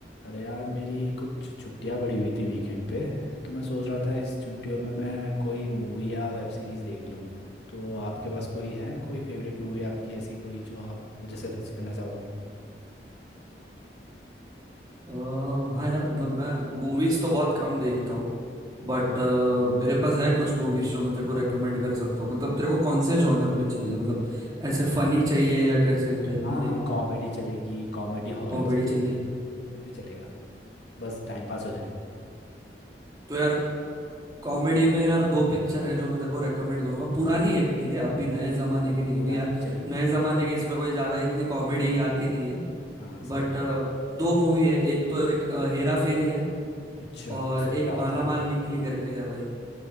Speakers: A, on the left (about 80°); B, on the right (about 20°).
A: अरे यार मेरी कुछ छुट्टियां पड़ी हुई थी वीकेंड पे तो मैं सोच रहा था इस छुट्टियों में मैं कोई मूवी या वेब सीरीज देख लूं तो आपके पास कोई है कोई फेवरेट मूवी आपकी ऐसी कोई जो आप मुझे सजेस्ट करना चाहोगे
B: अ, हाँ यार मतलब मैं मूवीज तो बहुत कम देखता हूँ बट मेरे पास है कुछ मूवीज जो मैं तेरे को रेकमेंड कर सकता हूँ मतलब तेरे को कौन से जॉनर में चाहिए मतलब ऐसे फनी चाहिए या कैसे टाइप
A: हाँ
B: में देखना
A: हाँ कॉमेडी
B: है
A: चलेगी कॉमेडी हॉरर
B: कॉमेडी
A: चलेगी
B: चाहिए
A: कुछ भी चलेगा बस टाइम पास हो जाए
B: तो यार कॉमेडी में यार दो पिक्चर है जो मैं तेरे को रेकमेंड करूंगा पुरानी है ठीक है अभी नए जमाने
A: हाँ हाँ
B: की नहीं क्योंकि
A: पुराने
B: यार
A: भी चलेगी
B: नए जमाने के इसमें कोई ज्यादा इतनी कॉमेडी आती नहीं है
A: हाँ सही
B: बट दो मूवी है एक तो एक अ, हेरा फेरी है
A: अच्छा
B: और
A: उसमें
B: एक
A: क्या होता
B: माला माल
A: है
B: वीकली करके है भाई